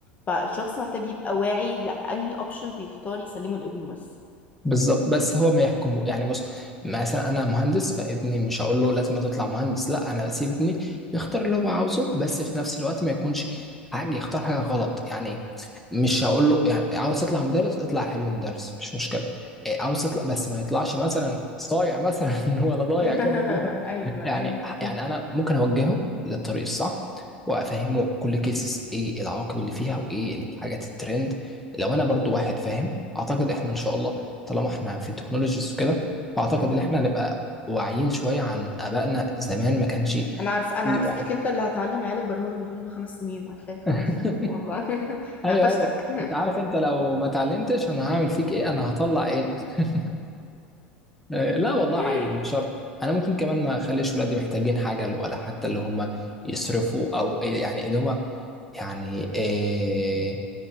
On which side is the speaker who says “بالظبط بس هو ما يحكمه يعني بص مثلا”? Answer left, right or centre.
Centre